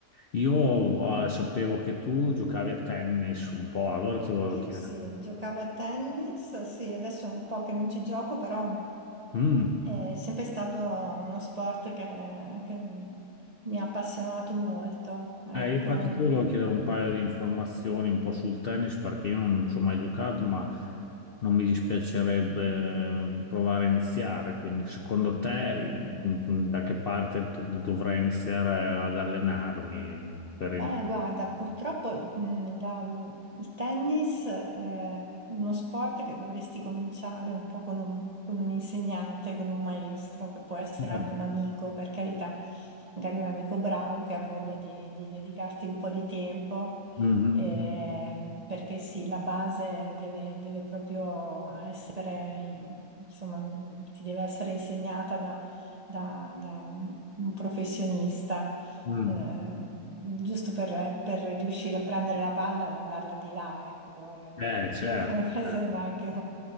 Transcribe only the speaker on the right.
Io
sì, giocavo a tennis, sì, adesso è un po' che non ci gioco, però
È sempre stato uno sport che, che mi ha appassionato molto, ecco,
Beh, guarda, purtroppo mh, la- il tennis eh, è uno sport che dovresti cominciare un po' con un, con un insegnante, con un maestro, che può essere
anche un amico, per carità, magari un amico bravo che ha voglia di, di dedicarti un po' di tempo,
eh, perché sì, la base deve, deve proprio essere, insomma, ti deve essere insegnata da da- da un un professionista
eh, giusto per, per riuscire a prendere la palla e mandarla di là, ecco, eh,
<laughs> no, anche-